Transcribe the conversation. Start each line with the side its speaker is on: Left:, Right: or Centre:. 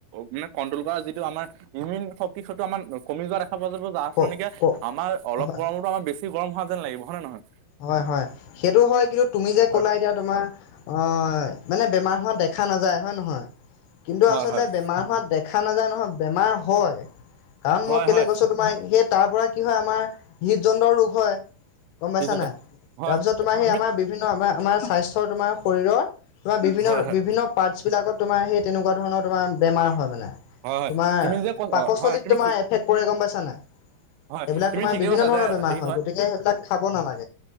Right: মানে কণ্ট্ৰল কৰা যিটো আমাৰ ইমিউন শক্তি হয়টো আমাৰ কমি যোৱা দে যাব যাৰ
Left: ক
Right: ফলত নেকি
Left: ক
Right: আমাৰ অলপ
Left: হয়
Right: গৰমত আমাৰ বেছি গৰম হোৱা যেন লাগিব হয় নে নহয়
Left: হয় হয় সেইটো হয় কিন্তু তুমি যে ক'লা
Right: আৰু
Left: এতিয়া তোমাৰ অ মানে বেমাৰ হোৱা দেখা নাযায় হয় নহয় কিন্তু
Right: হয়
Left: আচলতে
Right: হয়
Left: বেমাৰ হোৱা দে দেখা নাযায় নহয় বেমাৰ হয় কাৰণ মই
Right: হয়
Left: কেলে
Right: হয়
Left: কৈছো তোমাৰ তাৰ পৰা কি হয় আমাৰ হৃদযন্ত্ৰ ৰোগ হয়
Right: হৃদযন্ত্ৰ,
Left: বুজিছা নাই
Right: হয়
Left: তাৰপিছত
Right: হয়
Left: তোমাৰ সেই
Right: তুমি
Left: আমাৰ বিভিন্ন আমাৰ আমাৰ স্বাস্থ্যৰ তোমাৰ শৰীৰৰ তোমাৰ বিভিন্ন
Right: হয় হয়
Left: বিভিন্ন পাৰ্টছ বিলাকত তোমাৰ সেই তেনেকোৱা ধৰণৰ তোমাৰ বেমাৰ হয় মানে
Right: হয় হয়
Left: তোমাৰ
Right: তুমি যে ক
Left: পাকস্থলিত
Right: হয় তুমি
Left: তোমাৰ
Right: ঠিক
Left: এফেক্ট কৰে গম পাইছা নাই
Right: হয়
Left: সেইবিলাক
Right: তুমি
Left: তোমাৰ
Right: ঠিকেই
Left: বিভিন্ন
Right: কৈছা
Left: ধৰণৰ
Right: যে
Left: বেমাৰ
Right: হেৰি
Left: হয় গতিকে সেইবিলাক খাব নালাগে